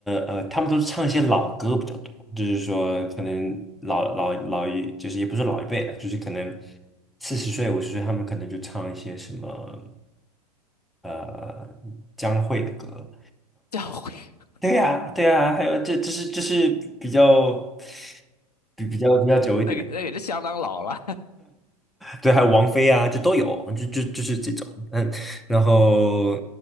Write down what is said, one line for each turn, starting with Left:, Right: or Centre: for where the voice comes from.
Centre: 呃，他们都是唱一些老歌比较多，就是说可能老老老一，就是也不是老一辈了，就是可能四十岁五十岁，他们可能就唱一些什么呃江蕙的歌，
Left: 教会 <laughs>
Centre: 对呀、对呀、还有这这是这是比较比比较比较久一点的。
Left: 那个那个是相当老了，
Centre: 对，还有王菲啊，就都有，就就就是这种，嗯，然后